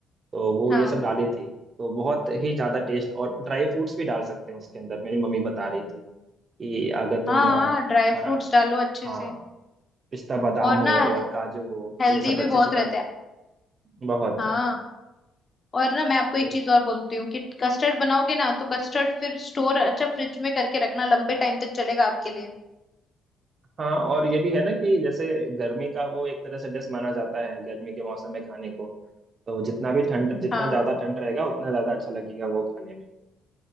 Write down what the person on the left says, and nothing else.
हाँ
हाँ
हाँ
ड्राई फ्रूट्स डालो अच्छे
से
और
ना
हेल्दी
भी
बहुत
रहता है
हाँ और ना मैं आपको एक
चीज और बोलती हूँ कि कस्टर्ड बनाओगे ना तो कस्टर्ड फिर स्टोर अच्छा फ्रिज में करके रखना लंबे टाइम तक चलेगा आपके लिए
हाँ